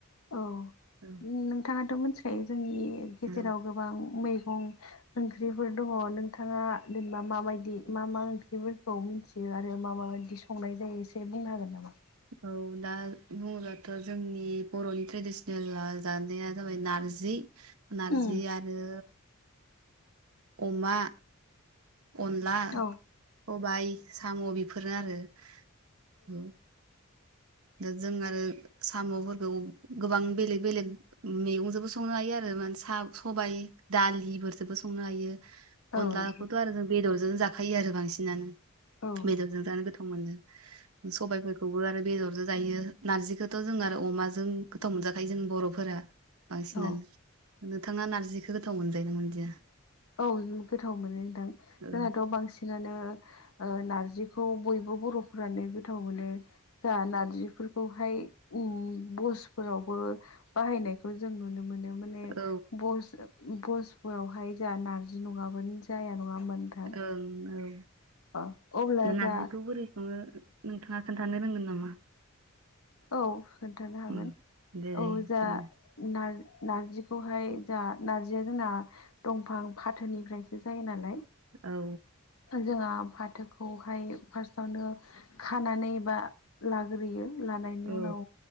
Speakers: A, on the left (about 75°); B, on the right (about 75°).
A: औ
B: औ
A: नोंथाङाथ' मिथिखायो जोंनि गेजेराव
B: औ
A: गोबां मै मैगं ओंख्रिफोर दङ नोंथाङा जेनेबा माबायदि मा मा ओंख्रिफोरखौ मिथियो। आरो मा मा बिायदि संनाय जायो एसे बुंनो हागोन नामा?
B: औ दा बुङोबाथ' जोंनि बर'नि ट्रेडिसनेल जानाया जाबाय नारजि। नारजि
A: उम
B: आरो अमा अनला
A: औ
B: सबाय साम' बेफोर बेफोरो आरो औ। दा जों आरो साम'फोरखौ गोबां बेलेग बेलेग मैगंजोंबो संनो हायो आरो। सबाय दालिफोरजोंबो संनो हायो।
A: औ
B: अनलाखौथ'
A: नोंथां
B: आरो जों बेदरजों जाखायो आरो बांसिनानो।
A: औ
B: बेदरजों जानो गोथाव मोनो सबायफोरखौबो आरो बेदरजों। बेयो नारजिखौथ जों आरो अमाजों गोथाव मोनजाखायो जों बरफोरा बांसिनानो।
A: औ
B: नोंथाङा नारजिखौ गोथाव मोनजायो ना मोनजाया।
A: औ गोथाव मोनजायोदा
B: औ
A: जोंहाथ बांसिनानो। ओ नारजिखौ बयबो बरफ्रानो गोथाव मोनो। जा नारजिफोरखौहाय। उम बसफोरावबो बाहायनायखौ जों नुनो मोनो। माने
B: औ
A: बस-बसफोरावहाय जोंहा नारजि नङाबानो जाया नङा होमबा नोंथां
B: ओं औ
A: अ अब्ला
B: दा नारजिखौ
A: जा
B: बोरै संङो। नोंथाङा खोन्थानो रोंगोन नामा।
A: औ खोन्थानो हागोन
B: उम जेरै
A: औ जा
B: उम
A: नार नारजिखौहाय जा नारजिया जोंना दंफां फाथोनिफ्रायसो जायो नाला।
B: औ।
A: जोंहा फाथोखौहाय फार्स्टआवनो खानानै बा लाग्रोयो। लानायनि
B: औ
A: उनाव